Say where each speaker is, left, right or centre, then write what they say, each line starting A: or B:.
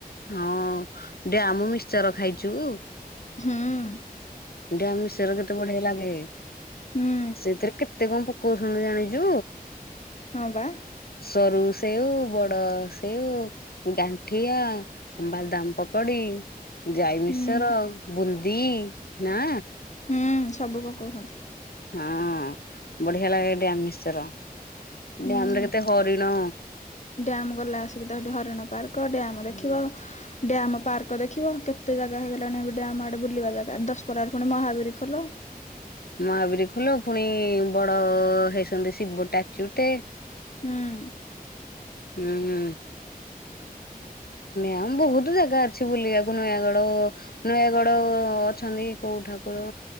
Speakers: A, on the left; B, on the left.
A: ହଁ ଡ୍ୟାମ ମିକ୍ଚର ଖାଇଛୁ?
B: ହଁ
A: ଡ଼ାମୀଷର ଘର କେତେ ବଢିଆ ଲାଗେ
B: ହୁଁ
A: ସେଥିରେ ସେ କେତେ କଣ ପ କଉଛନ୍ତି ଜାଣିଛୁ
B: ହଁ ବା
A: ସରୁ ସେଉ ବଡ ସେଉ ଗାଣ୍ଠିଆ ବାଦାମ ପକଡି ଯାଇମିଶ୍ଚର୍
B: ହୁଁ
A: ବୁନ୍ଦି ନା
B: ହୁଁ ସବୁ ପକଉଛନ୍ତି।
A: ହଁ ବଢିଆ ଲାଗେ ଡ୍ୟାମ ମିଶ୍ଚର୍
B: ହୁଁ
A: ଡ୍ୟାମ ରେ କେତେ ହରିଣ
B: ଡ୍ୟାମ ଗଲା ଆସିକି ତ ସେଠି ହରିଣ ପାର୍କ ଡ୍ୟାମ ଦେଖିବ
A: ହୁଁ
B: ଡ୍ୟାମ ପାର୍କ ଦେଖିବ କେତେ ଜାଗା ହେଇଗଲାଣି ଏ ଡ୍ୟାମ ଟେ ବୁଲିବା ଜାଗା ଦଶ ବରାର ପୁଣି ମହାବୀର ଖୋଲ
A: ମହାବୀର ଖୋଲ ପୁଣି ବଡ ହେଇଛନ୍ତି ଶିବ ଟାଚୁଟେ
B: ହଁ।
A: ହୁଁ ହ।
B: ହଁ।
A: ଆମ ବହୁତ ଜାଗା ଅଛି ବୁଲିବାକୁ ନୟାଗଡ ନୟାଗଡ ଅଛନ୍ତି। କୋଉ ଠାକୁର